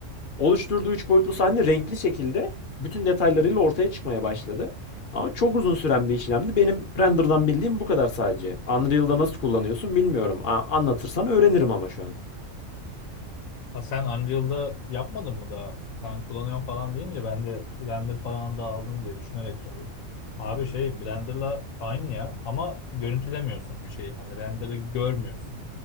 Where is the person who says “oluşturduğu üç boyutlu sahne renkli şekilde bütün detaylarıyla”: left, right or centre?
Left